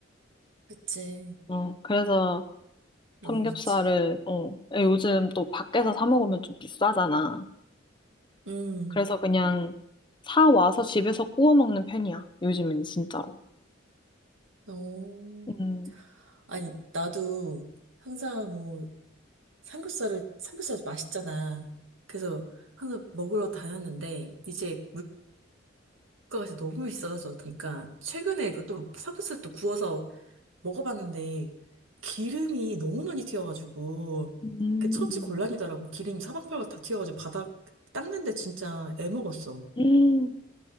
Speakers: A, on the right; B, on the left.
A: 그치.
B: 응. 그래서
A: 너무
B: 삼겹살을
A: 좋지.
B: 어 예, 요즘 또 밖에서 사 먹으면 좀 비싸잖아.
A: 음,
B: 그래서 그냥 사 와서 집에서 구워 먹는 편이야. 요즘엔 진짜로.
A: 오.
B: 음.
A: 아니, 나도 항상 뭐, 삼겹살을, 삼겹살 맛있잖아. 그래서 항상 먹으러 다녔는데, 이제 물가가 진짜 너무 비싸져서, 그러니까 최근에 이것 삼겹살 또 구워서 먹어봤는데 기름이 너무 많이 튀어가지고
B: 음.
A: 그 처치 곤란이더라고. 기름이 사방팔방 다 튀어가지고 바닥 닦는데 진짜 애먹었어.
B: 음.